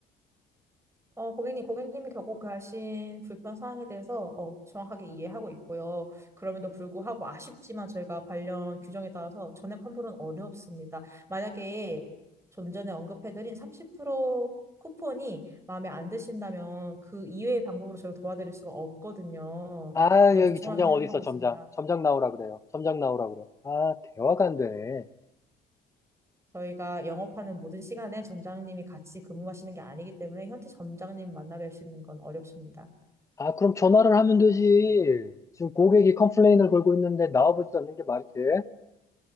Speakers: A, on the right; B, on the left.
A: 어, 고객님, 고객님이 겪어가신 불편 사항에 대해서 어, 정확하게 이해하고 있고요. 그럼에도 불구하고 아쉽지만 저희가 관련 규정에 따라서 전액 환불은 어렵습니다. 만약에 좀 전에 언급해드린 30% 쿠폰이 마음에 안 드신다면 그 이외의 방법으로 저희가 도와드릴 수가 없거든요.
B: 아,
A: 그 점
B: 여기
A: 죄송하게
B: 점장
A: 생각하고
B: 어디 있어, 점장.
A: 있습니다.
B: 점장 나오라 그래요. 점장 나오라 그래. 아, 대화가 안 되네.
A: 저희가 영업하는 모든 시간에 점장님이 같이 근무하시는 게 아니기 때문에 현재 점장님 만나 뵙시는 건 어렵습니다.
B: 아, 그럼 전화를 하면 되지. 지금 고객이 컴플레인을 걸고 있는데 나와보지도 않는 게 말이 돼?